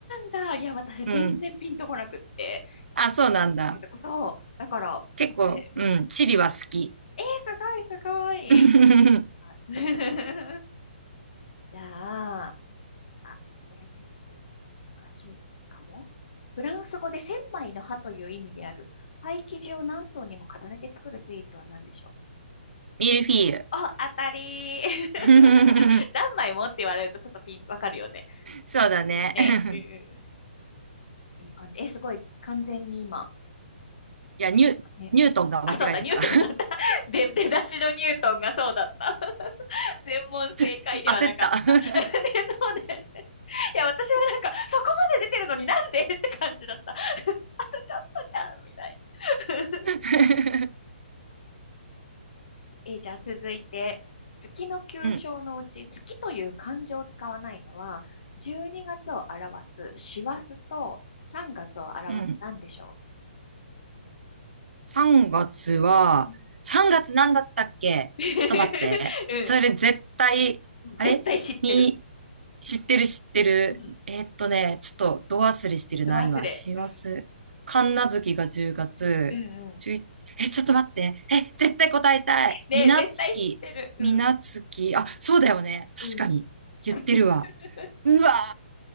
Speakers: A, on the left; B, on the right.
A: うなんだいや、私全然ピンとこなくって。
B: うん。あ、
A: 一番小さいとこそう。
B: そうなんだ。
A: だから答え、
B: 結構、
A: うん、
B: うん、チリは好き。
A: えー、すごいすごい。
B: <laughs>
A: あ <laughs> じゃあ、あ、これ結構難しいかも。フランス語で千枚の葉という意味である、パイ生地を何層にも重ねて作るスイーツは何でしょう
B: ミルフィーユ。
A: あ、当たりー
B: <laughs>
A: <laughs> 何枚もって言われるとちょっとピン、わかるよね。
B: そうだね。
A: ねうんねえ、
B: <laughs>
A: うんいい感じ。え、すごい、完全に今、
B: いや、ニュ、
A: ね。
B: ニュートンが間違えたから。
A: あ、そうだ、ニュートンだった。<laughs> 出出だしのニュートンがそうだった。全問正解ではなかった。
B: <laughs> 焦った。
A: <laughs> ね、そうだよね。いや、私もなんか、そこまで出てるのになんでって感じだった。<laughs> あとちょっとじゃん、みたいな。
B: <laughs>
A: <laughs> えー、じゃあ続いて、月の旧称のうち、
B: うん、
A: 月という漢字を使わないのは、12月を表す師走と3月を表すなんでしょ
B: うん。3月は、
A: う。うん。
B: 3月なんだったっけちょっと待って。
A: <laughs> うん
B: それ絶対、
A: 絶対知ってる。
B: あれみ、知ってる知ってる。
A: うん。
B: えーっとね、ちょっとど忘れしてるな、
A: ど忘れ。
B: 今。師走。
A: うん。
B: 神無月が10月、
A: うんうん。
B: 11、え、ちょっと待って。え、絶対答えたい。
A: ねえ、
B: みなつき。
A: 絶対知ってる。うん。
B: みなつき。あ、そうだよね。確かに。
A: うん。
B: 言ってるわ。
A: <laughs>
B: うわ